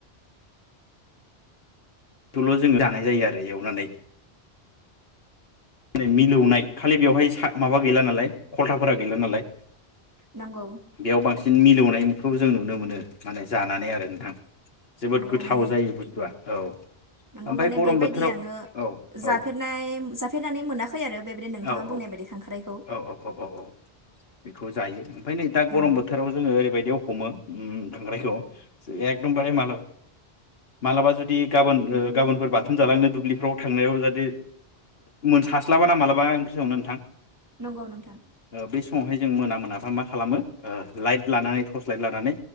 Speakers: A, on the left; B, on the right.
A: बे थल' जोंङ दानाय जायो आरो एवनानै माने मिलौनाय खालि बेवहाय माबा गैला नालाय खलथाफोरा गैला नालाय
B: नंगौ
A: बेयाव बांसिन मिलौनाय एखौ जों नुनो मोनो माने जानानै आरो नोंथां जोबोद
B: नंगौ
A: गोथाव
B: माने
A: जायो बुस्थुआ औ
B: नंगौ
A: ओमफ्राय
B: माने
A: गरम
B: बेबायदि
A: बोथोराव
B: आङो
A: औ औ
B: जाफेरनाय जाफेरनानै मोनाखै आरो बेबायदि नोंथाङा
A: औ
B: बुंनाय
A: औ
B: बायदि खांख्राइखौ
A: औ औ औ औ बेखौ जायो ओमफ्राय नै दा
B: नंगौ
A: गरम बोथोराव जोङो ओरैबायदि हमो उं खांख्रायखौ एकदमबार माल मालाबा जुदि गाबोन गाबोनफोर बाथं जालांनो दुब्लिफ्राव थांनायाव जाहाथे मोनसास्लाबा ना मालाबा सनो नोंथां।
B: नंगौ नोंथां।
A: ओ बे समावहाय जों मोना मोनाबा मा खालामो लाइट लानानै टर्स लाइट लानानै